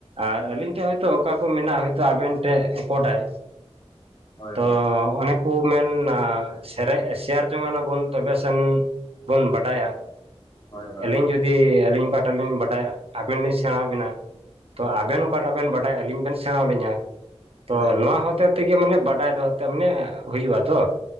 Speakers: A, on the right; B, on the left.
A: ᱟᱨ ᱟᱹᱞᱤᱧ ᱴᱷᱮᱱ ᱦᱚᱭᱛᱳ ᱚᱠᱟ ᱠᱚ ᱢᱮᱱᱟᱜᱼᱟ ᱦᱚᱭᱛᱳ ᱟᱵᱮᱱ ᱴᱷᱮᱱ ᱤᱱᱯᱳᱴᱮᱱ᱾
B: ᱦᱳᱭ
A: ᱛᱚ
B: ᱦᱳᱭ
A: ᱚᱱᱮ ᱠᱚ ᱢᱮᱱᱟ ᱥᱮᱨᱮ ᱥᱮᱭᱟᱨ ᱡᱚᱝᱟᱱᱟᱵᱚᱱ ᱛᱚᱵᱮ ᱥᱮᱱ ᱵᱚᱱ ᱵᱟᱰᱟᱭᱟ᱾
B: ᱦᱳᱭ ᱦᱳᱭ
A: ᱟᱹᱞᱤᱧ
B: ᱦᱳᱭ
A: ᱡᱩᱫᱤ ᱟᱹᱞᱤᱧ ᱚᱠᱟᱴᱟᱜ ᱞᱤᱧ ᱵᱟᱰᱟᱭᱟ ᱟᱵᱮᱱ ᱞᱤᱧ ᱥᱮᱬᱟ ᱟᱵᱮᱱᱟ, ᱛᱚ
B: ᱦᱮᱸ
A: ᱟᱵᱮᱱ ᱚᱠᱟᱴᱟᱜ ᱵᱮᱱ ᱵᱟᱰᱟᱭᱟ ᱟᱹᱞᱤᱧ ᱵᱮᱱ ᱥᱮᱬᱟᱹ ᱟᱞᱤᱧᱟ
B: ᱦᱳᱭ
A: ᱛᱚ
B: ᱦᱳᱭ
A: ᱱᱚᱣᱟ ᱦᱚᱛᱮ ᱛᱮᱜᱮ ᱢᱟᱱᱮ ᱯᱨᱟᱭ ᱫᱚ ᱛᱚ ᱢᱟᱱᱮ ᱦᱩᱭᱩᱜᱼᱟ ᱛᱚ᱾